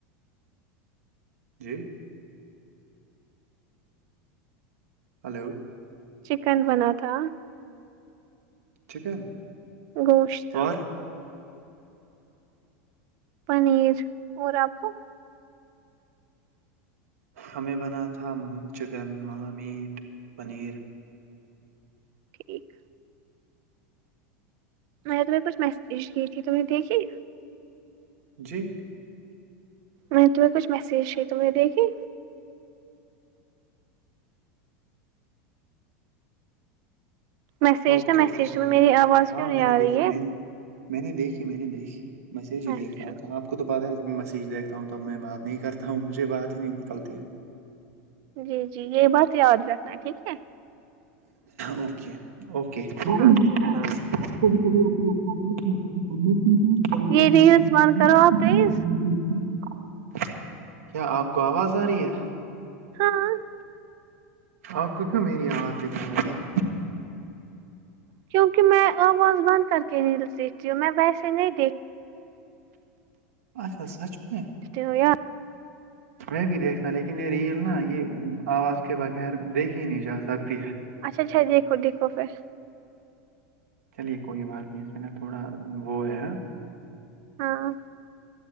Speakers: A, on the right; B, on the right.
A: جی ہیلو
B: چکن بنا تھا
A: چکن
B: گوشت
A: اور
B: پنیر اور آپ کو
A: ہمیں بنا تھا چکن مہا میٹ پنیر
B: ٹھیک میں نے تمہیں کچھ میسج کی تھی تم نے دیکھی
A: جی
B: میں تمہیں کچھ مسیج کیا ہے تمہ نے دیکھی میسج
A: اوکے
B: نا میسج
A: اوکے چلیے
B: تمہیں میری آواز
A: ہاں
B: کیوں نہیں
A: میں
B: آ
A: نے
B: رہی
A: دیکھی
B: ہے
A: میں میں نے دیکھی میں نے دیکھی میسج ہی
B: اچھا
A: دیکھ رہا تھا آپ کو تو پتاہ ہے جب میں میسیج دیکھتا ہوں تب میں بات نہیں کرتا ہوں مجھے بات ہی نہیں نلتی
B: جی جی یہ بات یاد رکھنا ہے ٹھیک ہے
A: اوکے اوکے <unintelligible>
B: ہاں ہاں یہ ریلس بند کرو آپ پلیز
A: <inaudible> کیا آپ کو آواز آ رہی ہے
B: ہاں
A: آپ کو کیوں میری آواز دکھنے آ رہی ہے
B: کیونکہ
A: ہوں
B: واز بند کر کے ریلس دیکتی ہوں میں ویسے نہیں دیکتی
A: اچھا سچ میں
B: تے ہو یا
A: میں بھی دیکھتا لیکن یہ ریل نا یہ آواز کے بغیر دیکھ ہی نہیں جا سکتی ہے
B: اچھا اچھا دیکھو دیکھو پھر
A: چلیے کوئی بات نہیں اس میں نا تھوڑا وہ ہے
B: ہاں